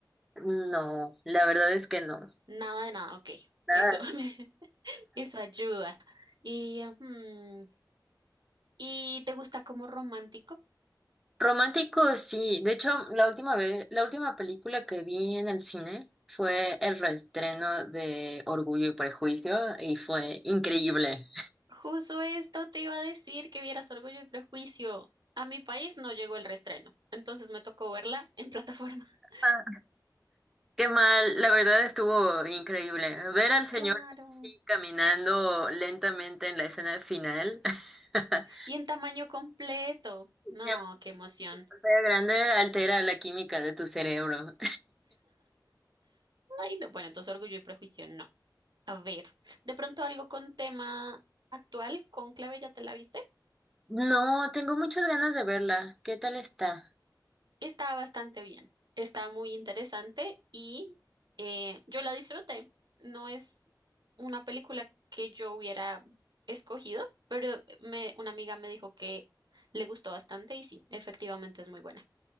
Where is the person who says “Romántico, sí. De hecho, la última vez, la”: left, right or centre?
Centre